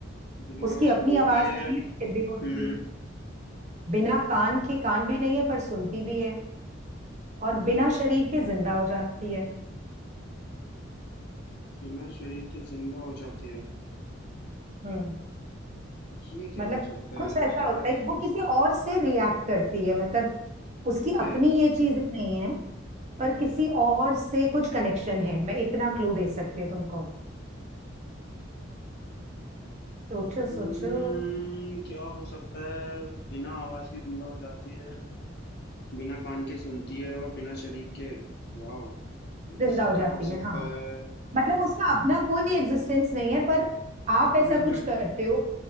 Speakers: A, on the left; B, on the right.
A: बिना
B: उसकी
A: आवाज के
B: अपनी
A: बोलती
B: आवाज
A: है
B: नहीं
A: हम्म
B: है फिर भी बोलती है बिना कान के कान भी नहीं है पर सुनती भी है और बिना शरीर के जिंदा हो जाती है
A: बिना शरीर के जिंदा हो जाती है
B: हम्म
A: ये क्या
B: मतलब
A: हो सकता
B: कुछ
A: है
B: ऐसा
A: उसके
B: होता
A: पास
B: है कि वो किसी और से रिएक्ट करती है मतलब उसकी
A: ओके
B: अपनी ये चीजें नहीं है पर किसी और से कुछ कनेक्शन है मैं इतना क्लू दे सकती हूँ तुमको सोचो
A: हम्म,
B: सोचो
A: क्या हो सकता है बिना आवाज की जिंदा हो जाती है बिना कान के सुनती है और बिना शरीर के वाह
B: जिंदा
A: ऐसा
B: हो जाती
A: क्या हो
B: है
A: सकता
B: हाँ
A: है
B: मतलब उसका अपना कोई एग्जिस्टेंस नहीं है पर आप ऐसा
A: हम्म
B: कुछ
A: हम्म
B: करते हो